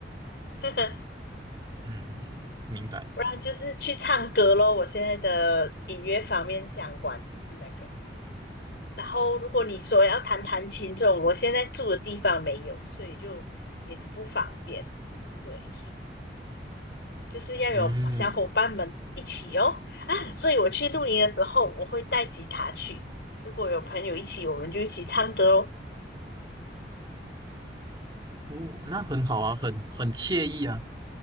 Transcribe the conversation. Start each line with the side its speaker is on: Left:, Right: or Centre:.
Left: <laughs> 呵呵，
Right: 嗯，明白，
Left: 不然就是去唱歌咯。我现在的音乐方面相关就是那个。然后如果你说要弹弹琴这种，我现在住的地方没有，所以就也是不方便。对，就是要有小伙伴们一起哦啊！
Right: 嗯，
Left: 所以我去露营的时候，我会带吉他去。如果有朋友一起，我们就一起唱歌哦。
Right: 哦，那很好啊，很很惬意啊，